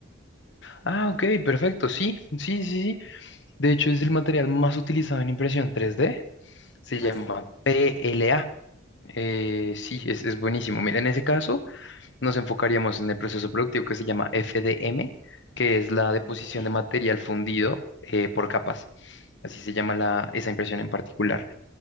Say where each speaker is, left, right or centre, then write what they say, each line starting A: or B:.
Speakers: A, on the left (about 60°); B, on the left (about 15°).
A: Ah, ok, perfecto, sí, sí, sí, sí. De hecho, es el material más utilizado en impresión 3D. Se llama
B: Ah, sí,
A: PLA. Eh, sí, es, es buenísimo. Mira, en ese caso nos enfocaríamos en el proceso productivo que se llama FDM, que es la deposición
B: ok.
A: de material fundido eh, por capas. Así se llama la, esa impresión en particular.